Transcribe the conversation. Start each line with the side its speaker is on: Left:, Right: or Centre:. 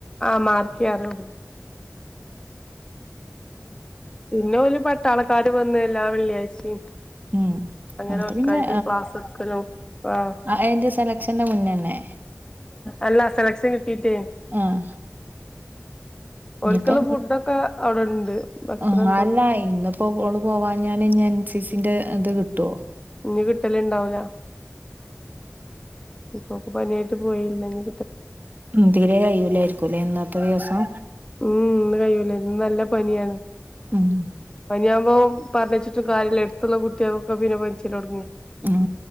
Left: ആ മാർക്ക അറിയുള്ളു പിന്നെ ഒരു പട്ടാളക്കാര് വന്ന എല്ലാം വെള്ളിയാഴ്ചയും
Right: ഉ
Left: അങ്ങനെ ഓൽക്കായിട്ട്
Right: പിന്നെ
Left: ക്ലാസ് എടുക്കലും ആഹ്
Right: ആ എന്റെ സെലക്ഷന്റെ മുന്നന്നെ
Left: അല്ല സെലക്ഷൻ കിട്ടീട്ടേ
Right: ആഹ ഇന്നിപ്പോ
Left: ഓൽക്കുള്ള ഫുഡൊക്കെ അവിടെണ്ട് ഭക്ഷണം
Right: ആ
Left: എന്തോ
Right: അല്ല ഇന്നപ്പോഓള് പോവാഞ്ഞഞൻ ഞൻ സി സി ഇന്റി അതു കിട്ടോ
Left: ഇഞ് കിട്ടല ഇണ്ടാവല ഇപ്പൊക്കെ പനിയായിട്ട് പോയില്ല എനി
Right: തീരെ കഴൂലായിരിക്കുംല്ലേ ഇന്നത്തെ ദിവസം
Left: ഉം ഒന്ന് കഴൂലേ ഇ നല്ല പനിയാണ്
Right: ഉം
Left: പനി ആകുമ്പോൾ പറഞ്ഞച്ചിട്ടും കാര്യ എടു മറ്റുള്ള കുട്ടിയൾകോക്ക പിന്നെ പനിച്ചൽ തോടെങ്ങി
Right: ഉം